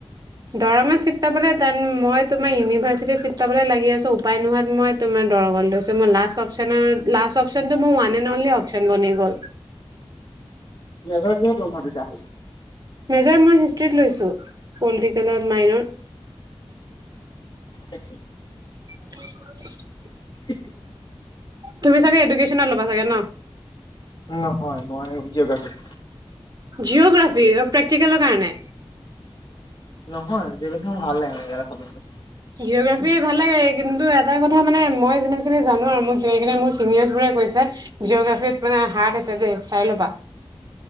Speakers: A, on the right (about 40°); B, on the left (about 50°).
A: দৰং চিত তাৰ মানে টান মই তোমাৰ ইউনিভাৰ্চিটিত চিট পাবলৈ লাগি আছো উপায় নোহোৱাত মই তোমাৰ দৰংত লৈছো ম লাষ্ট অপচ্যন লাষ্ট অপচ্যনতটো মোৰ ওৱান এণ্ড অনলি অপচ্যন বনি গ'ল।
B: মেজৰ কিহত ল'ম ভাবিছা
A: মেজাৰ মই হিষ্ট্ৰীত লৈছো পেলা মাইন
B: আ <inaudible>
A: চি <inaudible>
B: হে <inaudible>
A: তুমি চাগে এডুকেশ্বনত ল'বা ছাগে ন
B: নহয় নই জিঅ'গ্ৰাফি।
A: জিঅ'গ্ৰাফি প্ৰেক্টিকেলৰ কাৰণে
B: নহয় জিঅ'গ্ৰাফিক মোৰ ভাল লাগে মানে সদস্য
A: জিঅ'গ্ৰাফি ভাল লাগে কিন্তু এটা কথা মানে মই যে সেই জানো আৰু মোক যেনে তেনে চিনিয়ৰ্ছ বোৰে কৈছে জিঅ'গ্ৰাফিতত মানে হাৰ্ট আছে দেই চাই ল'বা